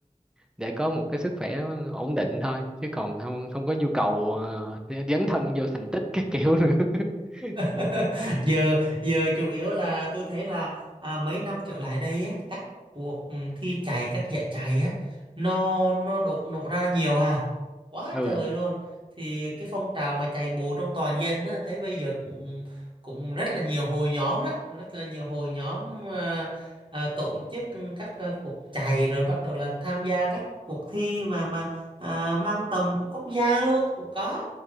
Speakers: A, in the centre; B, on the right.
A: để có một cái sức khỏe ổn định thôi chứ còn không không có nhu cầu ờ, dấn thân vô thành tích cái kiểu nữa <laughs>
B: <laughs> giờ giờ chủ yếu là tôi thấy là à, mấy năm trở lại đây á các cuộc thi chạy các giải chạy á nó nó độ nổ ra nhiều hà quá
A: ừ
B: trời luôn thì cái phong trào mà chạy bộ trong toàn dân á thấy bây giờ cũng cũng rất là nhiều hội nhóm đó rất là nhiều hội nhóm à, à, tổ chức các à, cuộc chạy rồi bắt đầu là tham gia các cuộc thi mà mà à, mang tầm của quốc gia luôn cũng có